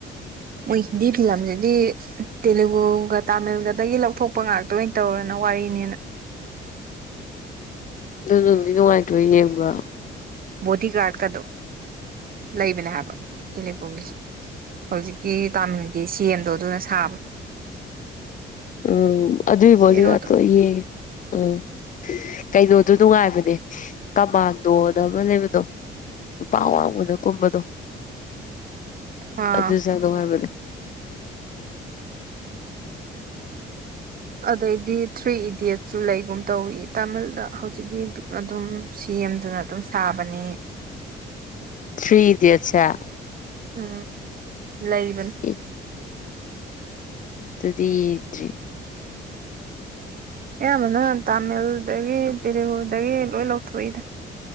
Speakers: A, on the right; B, on the left.
A: ꯃꯣꯏ ꯍꯤꯟꯗꯤ ꯐꯤꯂꯝꯖꯤꯗꯤ ꯇꯦꯂꯨꯒꯨꯒ ꯇꯥꯃꯤꯜꯒꯗꯒꯤ ꯂꯧꯊꯣꯛꯄ ꯉꯥꯛꯇ ꯑꯣꯏꯟ ꯇꯧꯔꯅ ꯋꯥꯔꯤ ꯅꯦꯅ
B: ꯑꯗꯨ ꯅꯨꯡꯗꯤ ꯅꯨꯡꯉꯥꯏꯇ꯭ꯔꯣ ꯌꯦꯡꯕ
A: ꯕꯣꯗꯤꯒꯥꯔꯗ ꯀꯥꯗꯣ ꯂꯩꯕꯅꯦ ꯍꯥꯏꯕ ꯇꯦꯂꯨꯒꯨꯒꯤꯁꯨ ꯍꯧꯖꯤꯛꯀꯤ ꯇꯥꯃꯤꯜꯒꯤ ꯁꯤ ꯑꯦꯝ ꯗꯣ ꯑꯗꯨꯅ ꯁꯥꯕꯅꯦ
B: ꯎꯝ ꯑꯗꯨꯢ ꯕꯤꯗꯤꯒꯥꯔꯠꯇꯣ
A: ꯍꯦꯔꯣꯗꯣ
B: ꯑꯩ ꯌꯦꯡꯉꯦ ꯎꯝ ꯀꯩꯅꯣꯗꯨ ꯅꯨꯡꯉꯥꯏꯕꯅꯦ ꯀꯃꯥꯟꯗꯣꯅ ꯑꯃ ꯂꯩꯕꯗꯣ ꯅꯨꯄꯥ ꯑꯋꯥꯡꯕꯅ ꯀꯨꯝꯕꯗꯣ
A: ꯑꯥ
B: ꯑꯗꯨꯖꯨ ꯌꯥꯝ ꯅꯨꯡꯉꯥꯏꯕꯅꯦ
A: ꯑꯗꯩꯗꯤ ꯊ꯭ꯔꯤ ꯏꯗꯤꯌꯠꯁꯁꯨ ꯂꯩꯒꯨꯝ ꯇꯧꯋꯤ ꯇꯥꯃꯤꯜꯗ ꯍꯧꯖꯤꯛꯀꯤ ꯑꯗꯨꯝ ꯁꯤ ꯑꯦꯝꯗꯨꯅ ꯑꯗꯨꯝ ꯁꯥꯕꯅꯤ
B: ꯊ꯭ꯔꯤ ꯏꯗꯤꯌꯠꯁ ꯁꯦ
A: ꯎꯝ ꯂꯩꯕꯅꯤ
B: ꯏ ꯑꯗꯨꯗꯤ ꯌꯦꯡꯗ꯭ꯔꯤ
A: ꯑꯌꯥꯝꯕꯅ ꯇꯥꯃꯤꯜꯗꯒꯤ ꯇꯦꯂꯨꯒꯨꯗꯒꯤ ꯂꯣꯏ ꯂꯧꯊꯣꯛꯏꯗ